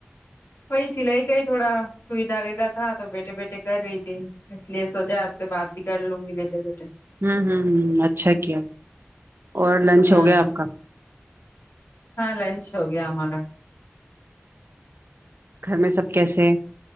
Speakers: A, on the left; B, on the right.
A: وہی سلائی کا ہی تھوڑا سوئی دھاگے کا تھا تو بیٹے بیٹھے کر رہی تھی اس لیے سوچا آپ سے بات بھی کر لوں گی بیٹے بیٹے
B: ہوں ہوں ہ اچھا کیا اور لنچ
A: ہاں
B: ہو گیا آپ کا
A: ہاں لنچ ہو گیا ہمارا
B: گھر میں سب کیسے